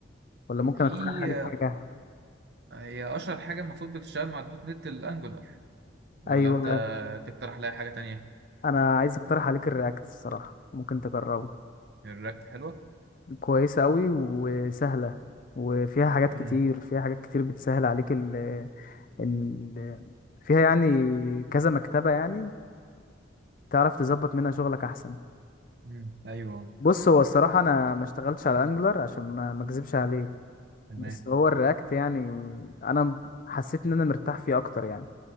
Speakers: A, on the left; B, on the right.
A: ولا ممكن
B: في
A: اقترح عليك
B: آه،
A: حاجه
B: هي اشهر حاجه المفروض بتشتغل مع الدوت نت الانجولار ولا
A: ايوه
B: انت تقترح لي حاجة تانية
A: انا عايز اقترح عليك الرياكت الصراحه ممكن تجربه
B: الرياكت حلوة
A: كويسه قوي وسهله وفيها حاجات
B: امم
A: كتير فيها حاجات كتير بتسهل عليك ال ال فيها يعني كذا مكتبه يعني تعرف تظبط منها شغلك احسن
B: امم ايوه
A: بص هو الصراحه انا ما اشتغلتش على انجلر عشان ما ما اكذبش عليك
B: تمام
A: بس هو الرياكت يعني انا حسيت ان انا مرتاح فيه اكتر يعني